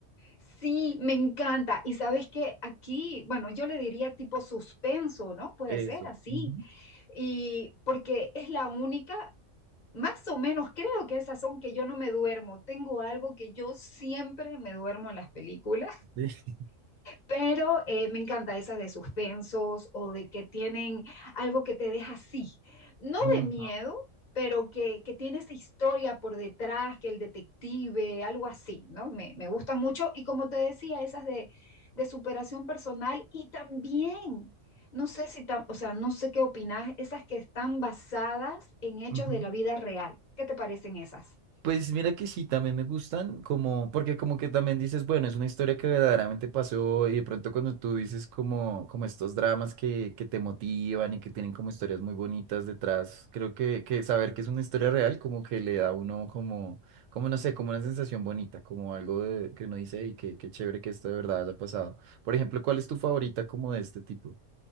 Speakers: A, on the left; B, on the right.
A: Sí, me encanta. Y sabes que aquí, bueno, yo le diría tipo suspenso, ¿no? Puede
B: Eso.
A: ser así.
B: Ujú.
A: Y porque es la única, más o menos creo que esas son que yo no me duermo. Tengo algo que yo siempre me duermo en las películas
B: Sí.
A: pero eh, me encanta esas de suspensos o de que tienen algo que te deja así, no
B: <laughs> Ujú,
A: de miedo, pero que, que tiene esa historia por detrás, que el detective, algo así, ¿no? Me, me gustan mucho y como te decía, esas de, de superación personal y también... No sé si, tam- o sea, no sé qué opinas, esas que están basadas en hechos
B: ujú.
A: de la vida real. ¿Qué te parecen esas?
B: Pues mira que sí, también me gustan, como, porque como que también dices, bueno, es una historia que verdaderamente pasó y de pronto cuando tú dices como, como estos dramas que, que te motivan y que tienen como historias muy bonitas detrás, creo que, que saber que es una historia real como que le da a uno como, como no sé, como una sensación bonita, como algo de- que uno dice, y qué, qué chévere que esto de verdad haya pasado. Por ejemplo, ¿cuál es tu favorita como de este tipo?